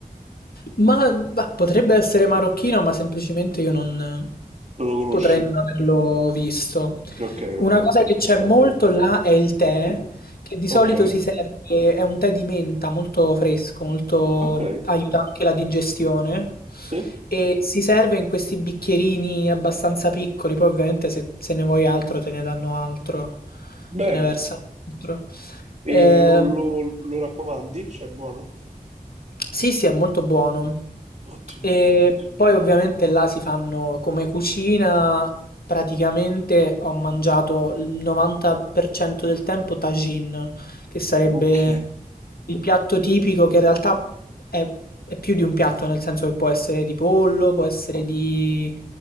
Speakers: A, on the left (about 85°); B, on the right (about 50°).
A: Ma bah, potrebbe essere marocchino, ma semplicemente io non
B: non lo conosci.
A: potrei non averlo visto.
B: Ok,
A: Una
B: ok,
A: cosa
B: ok,
A: che
B: ci
A: c'è
B: sta.
A: molto là è il tè,
B: Sì.
A: che di
B: Ok,
A: solito si serve, è un tè di menta molto fresco, molto,
B: ok,
A: aiuta anche la digestione.
B: sì.
A: E si serve in questi bicchierini abbastanza piccoli, poi ovviamente se, se ne vuoi altro te ne danno altro,
B: Bene.
A: te ne versano altro.
B: E
A: Ehm,
B: lo, lo- lo raccomandi? Cioè, è buono?
A: sì, sì, è molto buono.
B: Ottimo,
A: E
B: ottimo.
A: poi ovviamente là si fanno come cucina, praticamente ho mangiato il 90% del tempo tagine, che sarebbe
B: Ok.
A: il piatto tipico che in realtà è, è più di un piatto, nel senso che può essere di pollo, può essere di